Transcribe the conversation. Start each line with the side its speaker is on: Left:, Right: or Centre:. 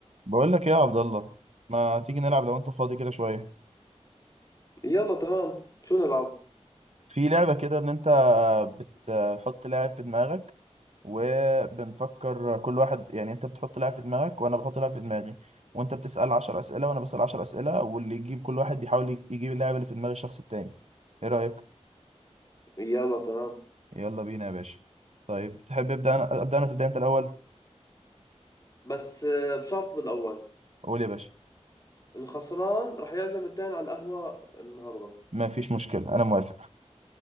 Right: بقول لك ايه يا عبد الله ما تيجي نلعب لو انت فاضي كده شويه
Left: يلا تمام شو نلعب
Right: في لعبه كده ان انت بتحط لاعب في دماغك وبنفكر كل واحد يعني انت بتحط لاعب في دماغك وانا بحط لاعب في دماغي وانت بتسال 10 اسئله وانا بسال 10 اسئله واللي يجيب كل واحد يحاول يجيب اللاعب اللي في دماغ الشخص التاني ايه رايك
Left: يلا تمام
Right: يلا بينا يا باشا طيب تحب ابدا انا ابدا انا تبدا انت الاول
Left: بس آه، بشرط بالأول
Right: قول يا باشا
Left: الخسران رح يعزم التاني على القهوة النهاردة
Right: ما فيش مشكله انا موافق